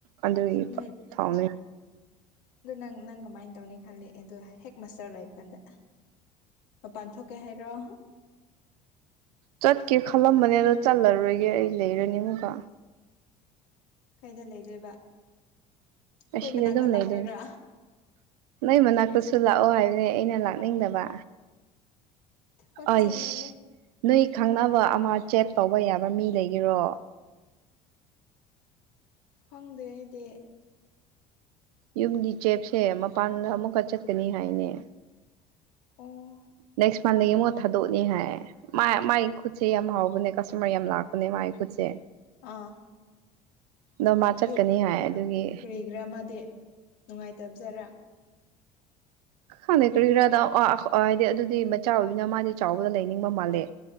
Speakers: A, on the right (about 65°); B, on the left (about 60°).
A: ꯑꯗꯨꯒꯤ
B: ꯅꯣꯏ
A: ꯊꯥꯎꯃꯤ
B: ꯑꯗꯨ ꯅꯪ ꯅꯪ ꯀꯃꯥꯏ ꯇꯧꯅꯤ ꯈꯜꯂꯤ ꯑꯗꯨ ꯍꯦꯛ ꯃꯁꯇꯔ ꯂꯣꯏꯕ ꯀꯥꯟꯗ ꯃꯥꯄꯥꯟ ꯊꯣꯛ ꯀꯦ ꯍꯥꯏꯔꯣ
A: ꯆꯠꯀꯦ ꯈꯜꯂꯝꯕꯅꯦ ꯑꯗꯣ ꯆꯠꯂꯔꯣꯏꯒꯦ ꯑꯩ ꯂꯩꯔꯅꯤ ꯑꯃꯨꯀ
B: ꯀꯩꯗ ꯂꯩꯗꯣꯏꯕ ꯑꯩꯈꯣꯏ
A: ꯑꯁꯤꯅꯦ
B: ꯃꯅꯥꯛꯇ
A: ꯑꯗꯨꯝ
B: ꯂꯥꯛꯇꯣꯏꯔꯥ
A: ꯂꯩꯗꯣꯢꯅꯦ ꯅꯣꯢ ꯃꯅꯥꯛꯇꯁꯨ ꯑꯗꯣ ꯂꯥꯛꯑꯣ ꯍꯥꯏꯕꯗꯤ ꯑꯩꯅ ꯂꯥꯛꯅꯤꯡꯗꯕ
B: ꯊꯕꯛ
A: ꯑꯏꯁ
B: ꯆꯤꯜꯂꯝꯅꯤ
A: ꯅꯣꯏ ꯈꯪꯅꯕ ꯑꯃ ꯆꯦꯠ ꯇꯧꯕ ꯌꯥꯕ ꯃꯤ ꯂꯩꯒꯦꯔꯣ
B: ꯈꯪꯗꯦ ꯑꯩꯗꯤ
A: ꯌꯨꯝꯒꯤ ꯆꯦꯞꯁꯦ ꯃꯄꯥꯟꯗ ꯑꯃꯨꯛꯀ ꯆꯠꯀꯅꯤ ꯍꯥꯏꯅꯦ
B: ꯑꯣ
A: ꯅꯦꯛꯁ ꯃꯥꯂꯩ ꯑꯃꯨꯀ ꯊꯥꯗꯣꯛꯑꯅꯤ ꯍꯥꯏ ꯃꯥ ꯃꯥꯒꯤ ꯈꯨꯠꯁꯦ ꯌꯥꯝ ꯍꯥꯎꯕꯅꯦ ꯀꯁꯇꯃꯔ ꯌꯥꯝ ꯂꯥꯛꯄꯅꯦ ꯃꯥꯒꯤ ꯈꯨꯠꯁꯦ
B: ꯑꯥ
A: ꯑꯗꯣ ꯃꯥ
B: ꯑꯗꯨ
A: ꯆꯠꯀꯅꯤ ꯍꯥꯏ ꯑꯗꯨꯒꯤ
B: ꯀꯔꯤꯒꯤꯔꯥ ꯃꯥꯗꯤ ꯅꯨꯡꯉꯥꯏꯇꯕꯖꯔꯥ
A: ꯈꯪꯗꯦ ꯀꯔꯤ ꯔꯥꯗ ꯑ ꯍꯥꯏꯗꯤ ꯑꯗꯨꯗꯤ ꯃꯆꯥ ꯑꯣꯏꯅꯤꯅ ꯃꯥꯗꯤ ꯆꯥꯎꯕꯗ ꯂꯩꯅꯤꯡꯕ ꯃꯥꯜꯂꯦ